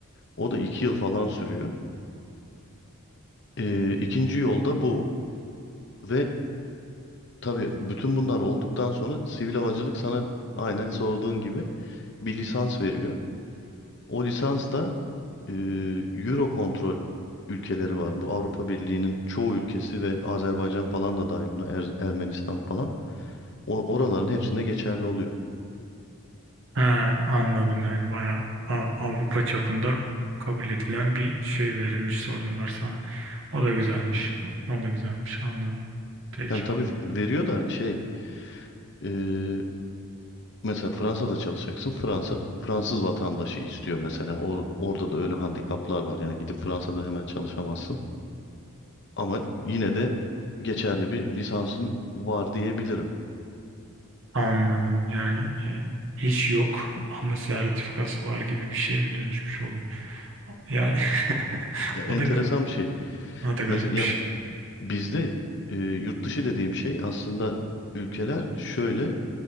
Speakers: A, on the left; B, on the right.
A: O da 2 yıl falan sürüyor. E, ikinci yolda bu ve tabii bütün bunlar olduktan sonra sivil havacılık sana aynen sorduğun gibi bir lisans veriyor. O lisans da e, Eurocontrol ülkeleri var. Bu Avrupa Birliği'nin çoğu ülkesi ve Azerbaycan falan da dahil buna Er- Ermenistan falan. O, oraların hepsinde geçerli oluyor.
B: Ha, anladım yani bayağı A- Avrupa çapında kabul edilen bir şey verilmiş soruyorlar sana. O da güzelmiş.
A: Hı hı.
B: O da güzelmiş. Anladım. Peki.
A: Yani tabii veriyor da şey e, mesela Fransa'da çalışacaksın. Fransa Fransız vatandaşı istiyor mesela. O, orada da öyle handikaplar var. Yani gidip Fransa'da hemen çalışamazsın. Ama yine de geçerli bir lisansın var diyebilirim.
B: Anladım. Yani e, iş yok ama sertifikası var gibi bir şeye mi dönüşmüş oluyor? Yani <laughs>
A: Ya, enteresan
B: o da ga-
A: bir şey.
B: o da
A: Mesela
B: garipmiş.
A: ya bizde e, yurt dışı dediğim şey aslında ülkeler şöyle